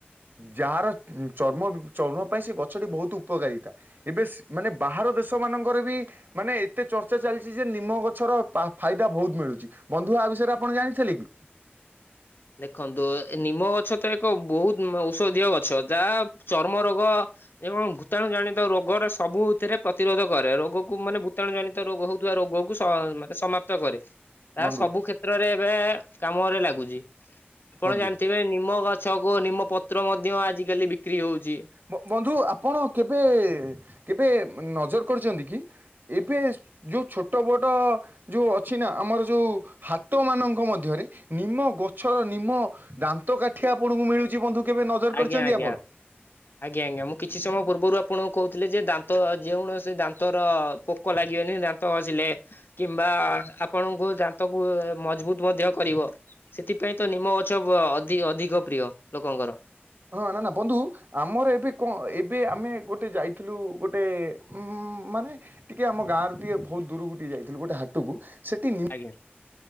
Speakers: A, on the right; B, on the left.
A: ଯାହାର ଉ ଚର୍ମ ଚର୍ମ ପାଇଁ ସିଏ ଗଛଟି ବହୁତୁ ଉପକାରିତା। ଏବେ ସେ ମାନେ ବାହାର ଦେଶମାନଙ୍କରେ ବି ମାନେ ଏତେ ଚର୍ଚ୍ଚା ଚାଲିଚି ଯେ ନିମ ଗଛର ପା ଫାଇଦା ବହୁତ ମିଳୁଚି ବନ୍ଧୁ ଆ ବିଷୟରେ ଆପଣ ଜାଣିଥିଲେ କି?
B: ଦେଖନ୍ତୁ ନିମ ଗଛ ତ ଏକ ବହୁତ ଔଷଧୀୟ ଗଛ ଯାହା ଚର୍ମ ରୋଗ ଏ କଣ ଭୂତାଣୁ ଜନିତ ରୋଗର ସବୁଥିରେ ପ୍ରତିରୋଧ କରେ ରୋଗକୁ ମାନେ ଭୂତାଣୁ ଜନି ତ ରୋଗ ହଉଥିବା ରୋଗକୁ ସ ମାନେ ସମାପ୍ତ କରେ। ତା
A: ବନ୍ଧୁ
B: ସବୁ କ୍ଷେତ୍ରରେ ଏବେ କାମରେ ଲାଗୁଚି। ଆପଣ
A: ବନ୍ଧୁ?
B: ଜାଣିଥିବେ ନିମ ଗଛକୁ ନିମ ପତ୍ର ମଧ୍ୟ ଆଜିକାଲି ବିକ୍ରି ହଉଚି।
A: ବ ବନ୍ଧୁ ଆପଣ କେବେ କେବେ ନଜର କରିଚନ୍ତି କି ଏବେ ଯୋଉ ଛୋଟ ବୋଟ ଯୋଉ ଅଛି ନା ଆମର ଯୋଉ ହାତ ମାନଙ୍କ ମଧ୍ୟରେ ନିମ ଗଛର ନିମ ଦାନ୍ତ କାଠି ଆପଣଙ୍କୁ ମିଳୁଚି ବନ୍ଧୁ? କେବେ ନଜର କରିଛନ୍ତି
B: ଆଜ୍ଞା ଆଜ୍ଞା।
A: ଆପଣ?
B: ଆଜ୍ଞା ଆଜ୍ଞା ମୁଁ କିଛି ସମୟ ପୂର୍ବରୁ ଆପଣଙ୍କୁ କହୁଥିଲେ ଯେ ଦାନ୍ତ ଯେଉଁ ଣସି ଦାନ୍ତର ପୋ କ ଲାଗିବନି ଦାନ୍ତ ଘଷିଲେ। କିମ୍ବା ଆପଣଙ୍କୁ ଦାନ୍ତକୁ ମଜବୁତ ମଧ୍ୟ କରିବ। ସେଥିପାଇଁ ତ ନିମ ଗଛ ଅ ଅଧିକ ଅଧିକ ପ୍ରିୟ ଲୋକଙ୍କର।
A: ହଁ ନା ନା ବନ୍ଧୁ ଆମର ଏବେ କଣ ଏବେ ଆମେ ଗୋଟେ ଯାଇ ଥିଲୁ ଗୋଟେ ଉଁ ମାନେ ଟିକେ ଆମ ଗାଁରୁ ଟିକେ ବହୁତ ଦୂରୁକୁ ଟିକେ ଯାଇଥିଲୁ ଗୋଟେ ହାଟୁକୁ ସେଟି ନି
B: ଆଜ୍ଞା।